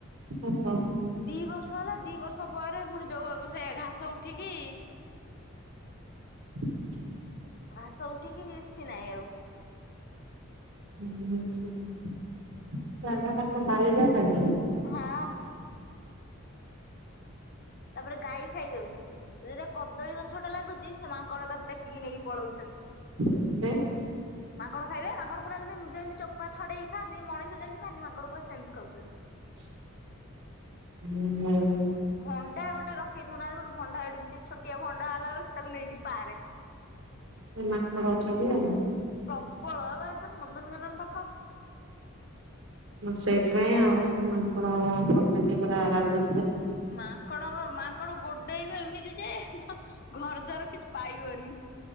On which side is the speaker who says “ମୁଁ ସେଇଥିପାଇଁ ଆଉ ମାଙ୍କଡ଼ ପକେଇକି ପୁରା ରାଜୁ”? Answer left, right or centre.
Right